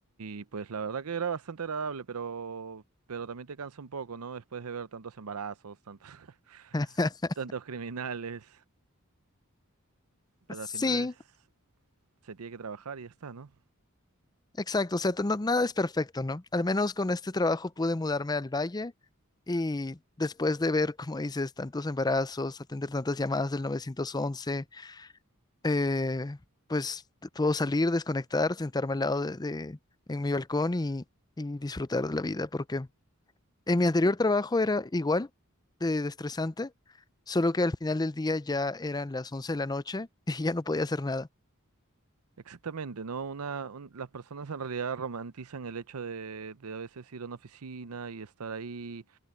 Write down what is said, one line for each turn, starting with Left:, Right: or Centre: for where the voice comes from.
Right: y pues la verdad que era bastante agradable, pero, pero también te cansa un poco, ¿no? Después de ver tantos embarazos, tantos, <laughs>
Left: <laughs>
Right: tantos criminales, pero
Left: Sí,
Right: al final es... se tiene que trabajar y ya está, ¿no?
Left: Exacto, o sea, t- no- nada es perfecto, ¿no? Al menos con este trabajo pude mudarme al valle y después de ver, como dices, tantos embarazos, atender tantas llamadas del 911, eh, pues t- puedo salir, desconectar, sentarme al lado de, de- en mi balcón y, y disfrutar de la vida, porque en mi anterior trabajo era igual de, de estresante, solo que al final del día ya eran las 11 de la noche <laughs> y ya no podía hacer nada.
Right: Exactamente, ¿no? Una, un- las personas en realidad romantizan el hecho de, de a veces ir a una oficina y estar ahí